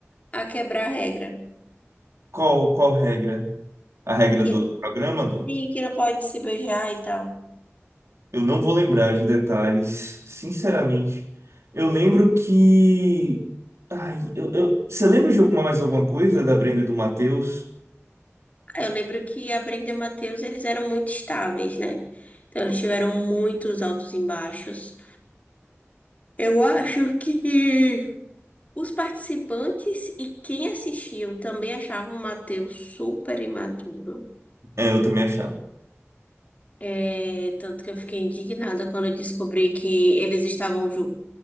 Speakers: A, on the left; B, on the right.
A: a quebrar a regra.
B: Qual, qual regra? A regra
A: Que,
B: do programa?
A: sim, que não pode se beijar e tal.
B: Eu não vou lembrar de detalhes, sinceramente. Eu lembro que. Ai, eu, eu- Você lembra de alguma mais alguma coisa da Brenda e do Matheus?
A: Ah, Eu lembro que a Brenda e o Matheus, eles eram muito estáveis, né? Então, eles tiveram muitos altos e baixos. Eu acho que os participantes e quem assistiu também achavam o Matheus super imaturo.
B: É, eu também achava.
A: É, tanto que eu fiquei indignada quando eu descobri que eles estavam ju-